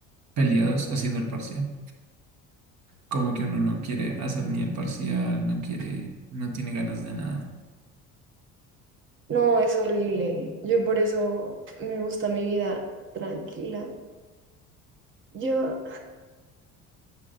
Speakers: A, on the right (about 65°); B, on the right (about 40°).
A: peleados haciendo el parcial. Como que uno no quiere hacer ni el parcial, no quiere, no tiene ganas de nada.
B: No, es horrible. Yo por eso me gusta mi vida tranquila. Yo,